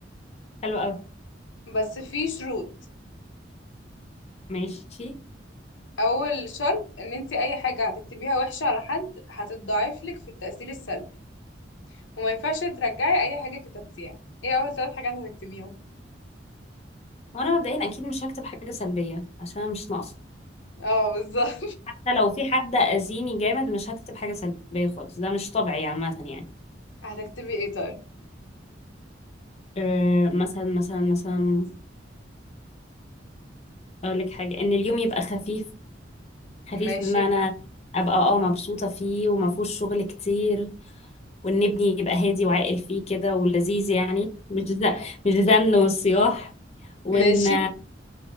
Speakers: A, on the left; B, on the left.
A: حلو قوي
B: بس في شروط
A: ماشي
B: اول شرط ان انت اي حاجة هتكتبيها وحشة على حد هتتضاعف لك في التأثير السلبي وما ينفعش ترجعي اي حاجة كتبتيها ايه اول ثلاث حاجات هتكتبيهم
A: وانا مبدئيا اكيد مش هكتب حاجه سلبيه عشان أنا مش ناقصه
B: اه بالظبط
A: حتى لو في حد اذيني جامد مش هكتب حاجه سلبيه خالص ده مش طبيعي عامه يعني
B: <laughs> هتكتبي ايه طيب
A: أه مثلا مثلا مثلا اقول لك حاجه ان اليوم يبقى خفيف خفيف
B: ماشي
A: بمعنى ابقى اه مبسوطه فيه وما فيهوش شغل كتير وان ابني يبقى هادي وعاقل فيه كده ولذيذ يعني مش ز... مش زن والصياح وان
B: ماشي